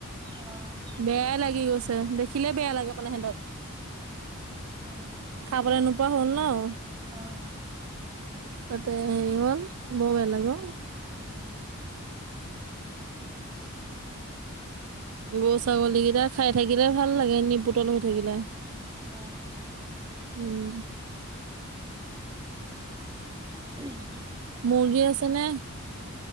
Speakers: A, on the right (about 20°); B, on the right (about 80°).
A: অ',
B: বেয়াই লাগি গৈছে দেখি। দেখিলেই বেয়া লাগে মানে সিহঁতক।
A: অ',
B: খাবলৈ নোপোৱা হ'ল ন'।
A: অ',
B: তাতে হেৰি হ'ল, বৰ বেয়া
A: উম,
B: লাগে অ',।
A: উম।
B: গৰু ছাগলীকেইটাই খাই থাকিলে ভাল লাগে, নিপুতল হৈ থাকিলে।
A: অ',
B: উম।
A: <unintelligible>
B: মুৰ্গী আছে নে?